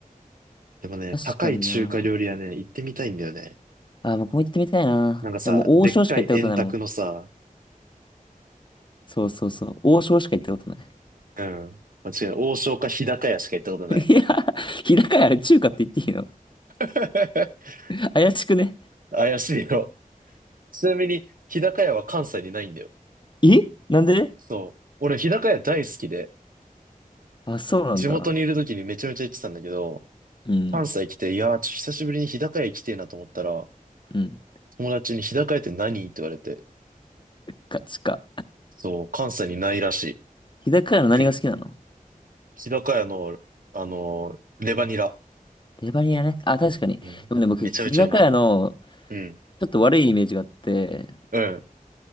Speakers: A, on the right; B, on the left.
A: でもね、
B: 確かにな。
A: 高い中華料理はね、行ってみたいんだよね。
B: あ、僕も行ってみたいな。
A: なんかさ、
B: でも、
A: でっかい円卓のさ、
B: 王将しか行ったことないもん。そうそうそう。王将しか行ったことない。
A: うん。間違いない。王将か日高屋しか行ったことない。
B: <laughs> いや、日高屋あれ中華って言っていいの
A: <laughs>
B: <laughs> 怪しくね
A: 怪しいよ。ちなみに、日高屋は関西にないんだよ。
B: えなんで
A: そう。俺、日高屋大好きで、
B: あ、そうなんだ。
A: 地元にいる時にめちゃめちゃ行ってたんだけど、
B: うん。
A: 関西来て、いやー、ちょっと久しぶりに日高屋行きてえなと思ったら、
B: うん。
A: 友達に日高屋って何って言われて、
B: か、つか。
A: そう、関西にないらしい。
B: 日高屋の何が好きなの
A: 栗。日高屋の、あのーレバニラ。
B: レバニラね。あ、確かに。
A: うん。
B: でもね、僕、
A: めちゃめちゃうまい。
B: 日高屋の、
A: うん。
B: ちょっと悪いイメージがあって、
A: うん。